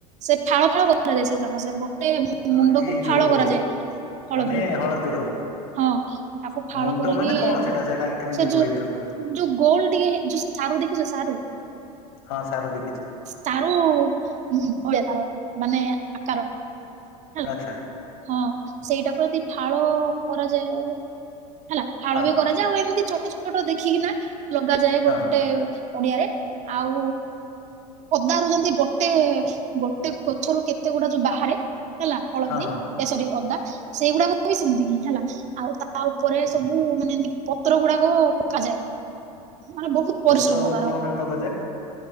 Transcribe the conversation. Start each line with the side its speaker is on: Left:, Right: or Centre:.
Right: ସେ ଫାଳ ଫାଳ କରାଯାଏ ସେ ଯାକ ସେ ଗୋଟେ ମୁଣ୍ଡକୁ
Left: ହଁ ଏଇ
Right: ଫାଳ
Left: ଯୋଉ
Right: କରାଯାଏ ହଳଦୀ
Left: ମାନେ ହଳଦୀର
Right: ହଁ ତାକୁ ଫାଳ
Left: ମୁଣ୍ଡ
Right: କରିକି
Left: ମାନେ କଣ ସେଟା ସେଟା କେମିତି
Right: ସେ ଯୋଉ
Left: ରୁଇଥିବ
Right: ଯୋଉ ଗୋଲ ଟିକେ ସାରୁ ଦେଖିଛୁ ସାରୁ? <unintelligible>
Left: ହଁ ସାରୁ ଦେଖିଛି
Right: ମାନେ ଆକାର ହେଲା
Left: ଆଚ୍ଛା
Right: ହଁ ସେଇଟାକୁ ଯଦି ଫାଳ କରାଯାଏ। ହେଲା ଫାଳ
Left: ହଁ
Right: ବି କରାଯାଏ ଆଉ ଏମିତି ଛୋଟ୍ ଫୋଟ ଦେଖିକିନା ଲଗାଯାଏ
Left: ହଁ
Right: ଗୋଟେ
Left: ହଁ
Right: ପଡିଆରେ ଆଉ ପଦାରୁ ଯେମିତି ଗୋଟେ ଗୋଟେ ଗଛରୁ କେତେ ଗୁଡା଼ ଯୋଉ ବାହାରେ ହେଲା ହଳଦୀ
Left: ହଁ ହଁ ହଁ
Right: ସରି ଅଦା ସେଇଗୁଡା କହି ସେମିତି ହେଲା ଆଉ ତା ଉପରେ ସବୁ ମାନେ ଏମତି ପତ୍ର ଗୁଡାକ ପକାଯାଏ। ମାନେ ବହୁତ ପରିଶ୍ରମ
Left: ପତ୍ର
Right: ତାର
Left: କଣ ପାଇଁ ପକାଯାଏ?